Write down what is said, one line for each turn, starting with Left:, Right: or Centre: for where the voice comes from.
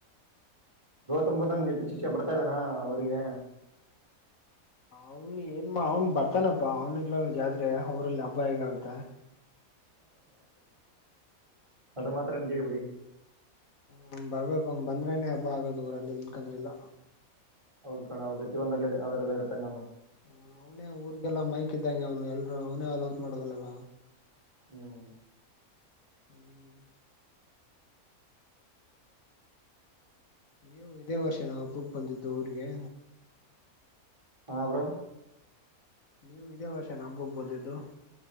Right: ಗೌತಮ್ ಬುದ್ಧ ನೆಚ್ಚಿನ ಶಿಕ್ಷ ಬರ್ತಾ ಇದ್ದಾನ ಊರಿಗೆ.
Left: ಅವ್ನು ಏನ್ ಅವ್ನ್ ಬರ್ತಾನಪ್ಪಾ ಅವ್ನಿ ಇಲ್ಲಾದ್ರ ಜಾತ್ರೆ ಅವ್ರಲ್ಲಿ ಹಬ್ಬ ಹೇಗ ಆಗುತ್ತೆ.
Right: ಅದು ಮಾತ್ರ ನಿಜ ಬಿಡಿ.
Left: ಹ್ಮ ಬರ್ಬೇಕ ಅವ ಬಂದ್ರೇನೇ ಹಬ್ಬ ಆಗದು ಊರಲ್ಲಿ ಇಲ್ಕಂದ್ರ ಇಲ್ಲ.
Right: ಹೌದು ಕಣೋ ಪ್ರತಿಯೊಂದುಲ್ಲಿ ಅದರಲ್ಲಿ ಇರ್ತಾನೆ ಅವನು.
Left: ಹ ಅವನೇ ಊರ್ರಿಗೆಲ್ಲ ಮೈಕ್ ಇದಂಗ ಅವನು ಎಲ್ರುೂ ಅವನೇ ಅಲೌನ್ಸ್ ಮಾಡದಲ್ವ.
Right: ಹ್ಮ್.
Left: ಹ್ಮ್. ನೀವು ಇದೇ ವರ್ಷ ನಾ ಹಬ್ಬಕ್ ಬಂದಿದ್ದು ಊರಿಗೆ.
Right: ಹಾ ಬ್ರೋ.
Left: ನೀವು ಇದೇ ವರ್ಷ ಹಬ್ಬ ಕ ಬಂದಿದ್ದು.